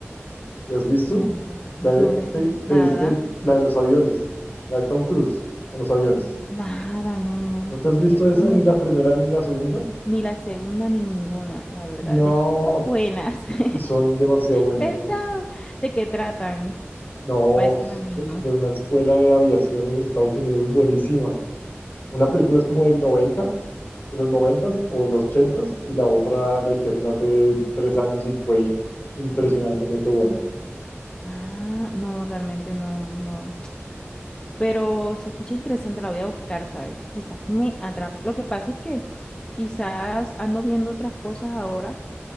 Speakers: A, on the left; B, on the left.
A: ¿Te has visto?
B: No,
A: La de-
B: no le,
A: te,
B: nada,
A: te viste la de los aviones, la de Tom Cruise con los aviones.
B: nada, no, no.
A: ¿No te
B: De
A: has visto
B: hecho,
A: esa,
B: nunca,
A: ni la primera ni la segunda?
B: ni la segunda ni ninguna, la verdad.
A: No,
B: De que son buenas, <laughs>
A: son demasiado buenas.
B: ¿verdad? ¿De qué tratan?
A: No,
B: Para decirme a mí,
A: de,
B: ¿no?
A: de una escuela de aviación en Estados Unidos buenísima. Una película es como del 90, de los 90 o los 80 y la otra la hicieron hace tres años y fue impresionantemente buena.
B: Ah, no, realmente no, no. pero se escucha interesante, la voy a buscar, ¿sabes? Quizás me atrape. Lo que pasa es que quizás ando viendo otras cosas ahora.